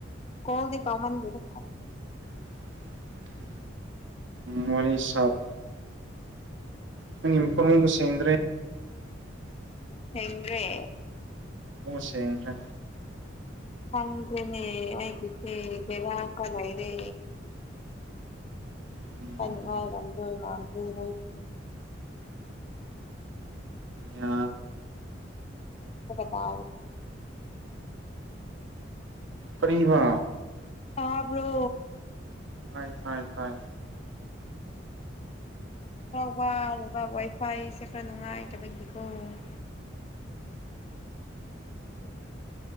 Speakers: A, on the left (about 30°); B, on the right (about 80°).
A: ꯀꯣꯜꯗ ꯄ ꯃꯟꯖꯗ
B: <unintelligible> ꯃꯅꯤ ꯁꯥꯞ ꯅꯪ ꯏ ꯐꯣꯔ ꯃꯕꯨꯁꯦꯡꯗ꯭ꯔꯦ
A: ꯊꯦꯡꯡ꯭ꯔꯦ
B: ꯑꯣ ꯁꯦꯡ꯭ꯔꯦ
A: ꯈꯗ꯭ꯔꯅꯦ ꯑꯩꯒꯤꯁꯦ ꯂ ꯀꯂꯥꯏꯔꯦ
B: ꯎꯝ
A: ꯀꯅꯤ ꯋꯥꯥꯏ ꯔꯝꯖ ꯃꯥꯗꯑꯣ ꯅ
B: ꯌꯥ
A: ꯄꯇꯥꯒ
B: ꯀꯕ
A: ꯍꯥꯥꯕ꯭ꯔꯣ
B: ꯍ ꯍ ꯍ
A: ꯔꯥꯎꯕ ꯑꯕ ꯋꯥꯏꯐꯥꯏ ꯁꯦꯀ꯭ꯔ ꯅꯉꯥꯏ ꯇꯕꯗꯤ ꯀꯧꯕ
B: ꯑ